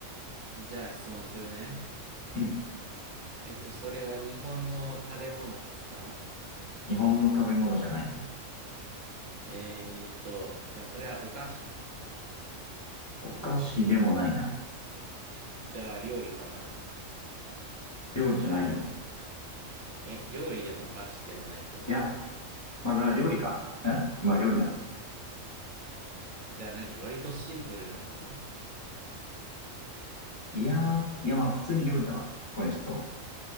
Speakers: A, on the right (about 80°); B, on the left (about 15°).
A: じゃあ質問するね。
B: うん。
A: えっと、それは日本の食べ物ですか
B: 日本の食べ物じゃないね。
A: えーっと、じゃあそれはお菓子
B: お菓子でもないな。
A: じゃあ料理かな
B: 料理じゃないよ。
A: え、料理でもお菓子でもないってことは。
B: いや、まあ、まあ料理か。えまあ料理だな。
A: じゃあ何割とシンプルなもの
B: いやー、いやまあ普通に料理だわ。ごめん、ちょっと